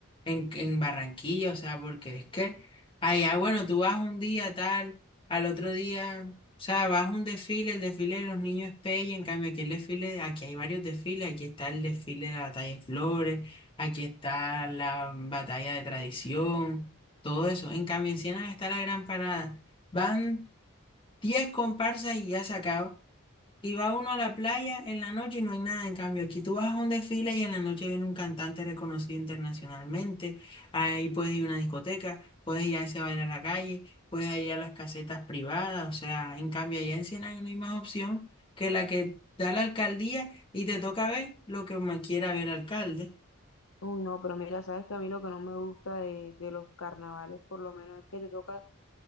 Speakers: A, on the left; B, on the left.
A: en, en Barranquilla, o sea, porque es que allá, bueno, tú vas un día tal, al otro día, o sea, vas a un desfile, el desfile de los niños es pelle, en cambio aquí el desfile, aquí hay varios desfiles, aquí está el desfile de la batalla de Flores, aquí está la batalla de tradición, todo eso. En cambio en Siena está la gran parada. Van 10 comparsas y ya se acaba. Y va uno a la playa en la noche y no hay nada. En cambio, aquí tú vas a un desfile y en la noche viene un cantante reconocido internacionalmente. Ahí puedes ir a una discoteca, puedes ir a ese baile a la calle, puedes ir a las casetas privadas. O sea, en cambio, allá en Siena no hay más opción que la que da la alcaldía y te toca ver lo que me quiera ver alcalde.
B: Uy, no, pero mira, sabes que a mí lo que no me gusta de, de los carnavales, por lo menos, es que te toca,